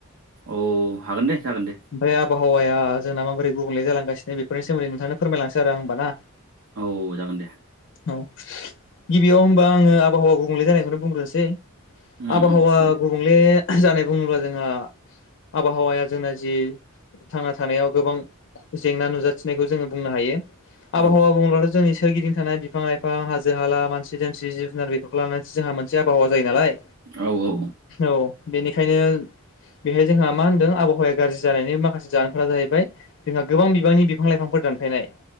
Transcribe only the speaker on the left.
ओमफ्राय आबहावाया जोंना माबोरै गुबुंले जालांगासिनो बेनि सोमोनदैोंथांनो फोरमायलांसै आरो आं होनबाना
औ गिबियाव होमबा आङो आबहावा गुबुंले जानायखौनो बुंग्रोनोसै।
आबहावा
गुबुंले जानाय बुङोब्ला जोंहा आबहावाया जोंना जि थांना थानायाव गोबां जेंना नुजाथिनायखौ जोङो बुंनो हायो। आबहावा
बुङोब्लाथ' जोंनि सोरगिदिं थानाय बिफां लाइफां हाजो हाला मानसि दोमसि जिब जुनार बेफोरखौ लानानै जोंहा मोनसे आबहावा जायो नालाय
औ बेनिखायनो बेहाय जोंहा मा होनदों आबहावाया गाज्रि जानायनि माखासे जानायफोरा जाहैबाय जोंहा गोबां बिबांनि बिफां लाइफांफोर दानफायनाय।